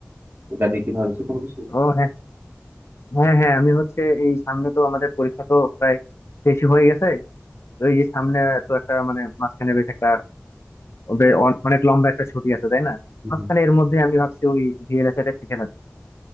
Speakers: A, on the right; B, on the left.
A: ওটা নিয়ে কি ভাবছো কোনো কিছু
B: ও হ্যাঁ হ্যাঁ হ্যাঁ আমি হচ্ছে এই সামনে তো আমাদের পরীক্ষা তো প্রায় শেষই হয়ে গেছে তো এই যে সামনে তো একটা মানে মাঝখানে বেশ একটা বে- অ- অনেক লম্বা একটা ছুটি আছে তাই না
A: হুম,
B: মাঝখানে
A: হুম,
B: এর মধ্যে আমি ভাবছি ওই ভিএলএসআই টা শিখে নেবো